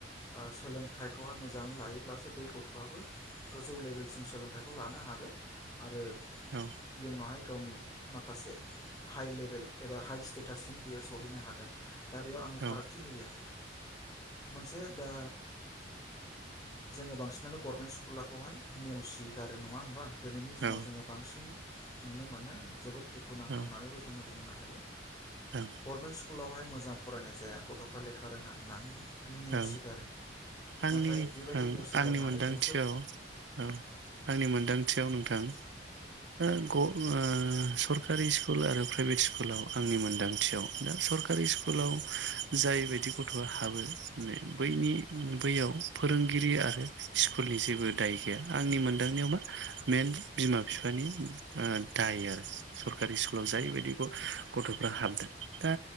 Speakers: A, on the left; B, on the right.
A: ओ सोलोंथाइखौहाय मोजाङै लायोब्लासो बै गथ'आबो गोजौ लेभेलसिम सोलोंथाइखौ लानो हागोन। आरो
B: औ
A: इयुनावहाय गावनि माखासे हाइ लेभेल एबा हाइ स्टेटाससिम बियो सहैनो हागोन। दा बेयाव आङो
B: औ
A: फारागथि होयो मोनसे दा जो बांसिनो गभर्मेन स्कुला खौहाय नेवसि गारो नङा होमबा दिनाव
B: औ
A: जोङो बांसिन नुनो मोनो जोबोद दुखुुनांथाव
B: औ
A: होननानैबो जोङो बुंनो हायो
B: औ
A: गभर्नमेन्ट स्कुलावहाय मोजां फरायनाय जाया गथ'फ्रा लेखा रोङा होननानैहाय नेवसिगारो
B: औ आंनि
A: नाथाय बेबायदि
B: ओं
A: नेवसिगारनानै
B: आंनि मोनदांथियाव
A: गंसे
B: औ आंनि मोनदांथियाव नोंथां
A: याव नोंथां
B: ग'ओ सर कारि स्कुल आरो प्राइभेट स्कुलाव आंनि मोनदांथियाव दा सरकारि स्कुलाव जायबायदि गथ'आ हाबो माने बैनि बैयाव फोरोंगिरि आरो स्कुलनि जेबो दाय गैया। आंनि मोनदांनायाव मा मेइनलि बिमा बिफानि दाय आरो सरकारि स्कुलाव जायबायदि गथ'फ्रा हाबदों दा